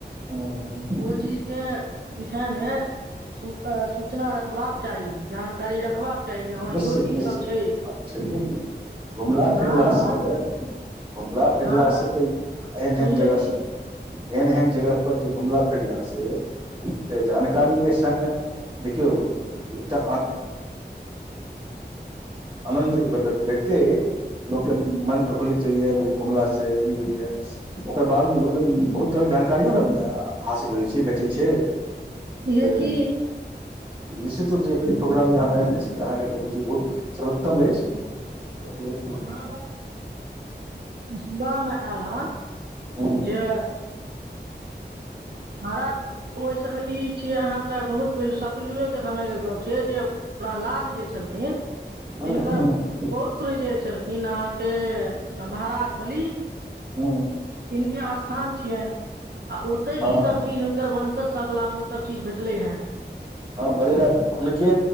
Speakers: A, on the right (about 30°); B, on the right (about 65°).
A: हूँ हूँ
B: ओ चीज के विषय मे- सू सूचना रखबाक चाही जानकारी रखबाक- चाही जे हँ
A: निश्चित
B: इहो चीज
A: निश्चित
B: सब छै
A: छैहे कि घुमला
B: कहाँ
A: फिरला
B: दन
A: से- घुमला फिरला
B: कहाँ दन
A: से तऽ ई एहन एहन
B: छैहे
A: जगह
B: कि
A: स एहन एहन जगह पर जे घुमला फिरला से से जानकारी के संग देखियौ एकटा आनन्दितय <unintelligible> लोकके
B: हँ
A: मन प्रफुल्लित होइया घुमला से ई होईया ओकर बावजूद बहुत तरह जानकारियो ने हासिल होइ छै भेटै छै।
B: छैहे
A: तै
B: कि
A: निश्चिरुप स प्रोग्रामके <unintelligible> बुझियौ बहुत सरओत्तम अछि ओतबो
B: कहाँ दन सुबामे आयल हन
A: ह
B: जे- महाराज ओई समय ई छिय अहाँके बहुत पहिल सतुजुगेके समयके गप्प छीयै जे- प्रह्लाद जे छलखिन।
A: हँ
B: तिनकर
A: हँ।
B: पौत्र जे छलखिन अहाँके महाराज बलि।
A: ह
B: तिनके स्थान छियनि आ ओ- तै
A: हँ
B: ईसब चीज हुनकर वंशज सबला मे ओहिसब चीज भेटलै हें।
A: हँ बलिराज हुनके